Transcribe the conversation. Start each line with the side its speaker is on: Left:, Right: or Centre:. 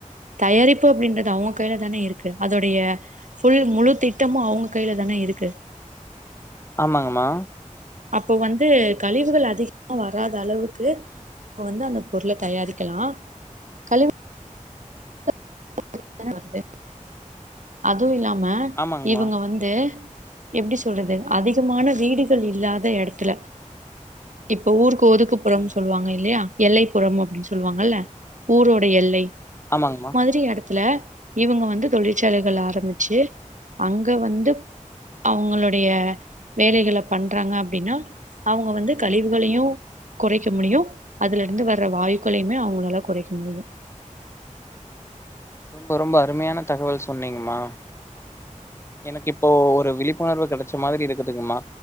Right: தயாரிப்பு அப்டின்றது அவ்ங்க கைல தானே இருக்கு அதோடைய ஃபுல் முழு திட்டமூ அவங்க கையில தானே இருக்கு
Left: ஆமாங்ம்மா
Right: அப்போ வந்து கழிவுகள் அதிகமா வராத அளவுக்கு வந்து அந்த பொருள தயாரிக்கலா கழிவ் <unintelligible> தான வருது அதுவு இல்ல மா
Left: ஆமாங்கம்மா
Right: இவங்க வந்து எப்படி சொல்றது அதிகமான வீடுகள் இல்லாத இடத்துல இப்ப ஊருக் ஓதுக்குப்புறம்
Left: ம்
Right: சொல்லுவாங்க இல்லையா எல்லை புறம் அப்படின்னு சொல்லுவாங்கல்ல ஊரோட எல்லை
Left: ஆமாங்க மா
Right: அந்த மாதிரி இடத்துல இவங்க வந்து தொழிற்சாலைகள் ஆரம்பிச்சு அங்க வந்து அவங்களுடைய வேலைகள பண்றாங்க அப்படின்னா அவங்க வந்து கழிவுகளையு குறைக்க முடியும் அதுல இருந்து வற வாயுக்களையுமே அவங்களால குறைக்க முடியும்
Left: ரொம்ப ரொம்ப அருமையான தகவல் சொன்னீங்க மா எனக்கு இப்போ ஒரு விழிப்புணர்வு கிடைச்ச மாதிரி இருக்குதுங்கம்மா